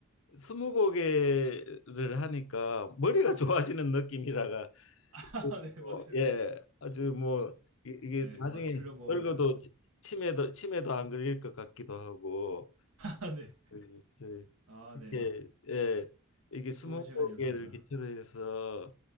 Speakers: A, on the left (about 60°); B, on the right (about 85°).
A: 스무고개를 하니까 머리가 <laughs> 좋아지는 느낌이라가
B: <laughs> 아 네
A: 어,
B: 맞아요.
A: 예, 아주 뭐 이- 이게
B: 네
A: 나중에
B: 맞추려고
A: 늙어도
B: 하니까.
A: 치-
B: <laughs>
A: 치매도 치매도 안 걸릴 것 같기도 하고
B: 아 네.
A: 그, 저
B: 아
A: 이렇게
B: 네.
A: 예, 이게 스무고개를
B: 좋은 시간이었습니다.
A: 기초로 해서